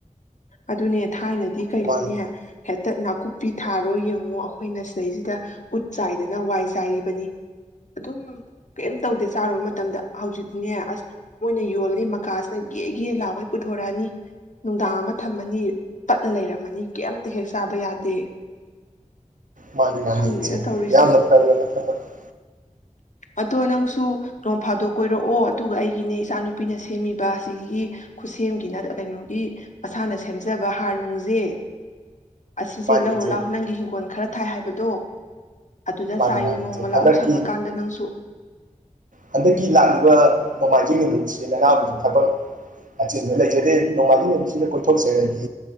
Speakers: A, on the left (about 65°); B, on the right (about 80°).
A: ꯑꯗꯨꯅꯦ ꯊꯥꯏꯅꯗꯤ ꯀꯩꯅꯣꯅꯦ
B: ꯃꯥꯅꯤ
A: ꯍꯦꯛ ꯇ ꯅꯥꯀꯨꯞꯄꯤ ꯊꯥꯔꯣ ꯌꯦꯡꯉꯣ ꯑꯈꯣ ꯑꯩꯈꯣꯏꯅ ꯁꯤꯗꯩꯁꯤꯗ ꯎꯠ ꯆꯥꯏꯗꯅ ꯋꯥꯏ ꯆꯥꯏꯔꯤꯕꯅꯤ꯫ ꯑꯗꯨꯝ ꯀꯦꯝ ꯇꯧꯗꯦ ꯆꯥꯔꯨꯕ ꯃꯇꯝꯗ ꯍꯧꯖꯤꯛꯇꯤꯅꯦ ꯑꯁ ꯃꯣꯏꯅ ꯌꯣꯜ <unintelligible> ꯃꯀꯥꯁꯤꯅ ꯒꯦ ꯒꯦ ꯂꯥꯎꯒꯩ ꯄꯨꯊꯣꯔꯛꯑꯅꯤ ꯅꯨꯡꯗꯥꯡ ꯑꯃ ꯊꯝꯃꯅꯤ ꯄꯠꯂ ꯂꯩꯔꯝꯃꯅꯤ ꯀꯦꯝꯇ ꯍꯦꯛ ꯆꯥꯕ ꯌꯥꯗꯦ꯫
B: ꯃꯥꯅꯤ ꯃꯥꯅꯤ
A: ꯈꯪꯗꯦꯗ
B: ꯏꯆꯦ
A: ꯇꯧꯔꯤꯁꯦ
B: ꯌꯥꯝꯅ ꯐꯈ꯭ꯔꯕ ꯊꯕꯛꯅꯤ
A: ꯑꯗꯣ ꯅꯪꯁꯨ ꯅꯣꯡ ꯐꯥꯗꯣꯛ ꯀꯣꯏꯔꯛꯑꯣ ꯑꯗꯨꯒ ꯑꯩꯒꯤꯅꯦ ꯏꯆꯥꯅꯨꯄꯤꯅ ꯁꯦꯝꯃꯤꯕ ꯑꯁꯤꯒꯤ ꯈꯨꯠꯁꯦꯝꯒꯤꯅ ꯀꯩꯅꯣꯒꯤ ꯃꯁꯥꯅ ꯁꯦꯝꯖꯕ ꯍꯥꯔ ꯅꯨꯡꯖꯦ ꯑꯁꯤꯁꯦ
B: ꯃꯥꯅꯤ
A: ꯂꯧꯔꯛꯑꯣ
B: ꯏꯆꯦ
A: ꯅꯉꯒꯤ ꯍꯤꯡꯒꯣꯜ ꯈꯔ ꯊꯥꯏ ꯍꯥꯏꯕꯗꯣ ꯑꯗꯨꯗ
B: ꯃꯥꯅꯤ
A: ꯆꯥꯌꯨ
B: ꯃꯥꯅꯤ
A: ꯅꯣꯡꯃ
B: ꯏꯆꯦ ꯍꯟꯗꯛꯀꯤ
A: ꯂꯥꯛꯎ ꯁꯪꯉꯀꯥꯟꯗ ꯅꯪꯁꯨ
B: ꯍꯟꯗꯛꯀꯤ ꯂꯥꯛꯂꯤꯕ ꯅꯣꯡꯃꯥꯏꯖꯤꯡ ꯅꯨꯃꯤꯠꯁꯤꯦ ꯅꯅꯥꯎꯒꯤꯁꯨ ꯊꯕꯛ ꯑꯆꯤꯟꯕ ꯂꯩꯖꯗꯦ ꯅꯣꯡꯃꯥꯏꯖꯤꯡ ꯅꯨꯃꯤꯠꯁꯤꯗ ꯀꯣꯏꯊꯣꯛꯆꯔꯗꯤ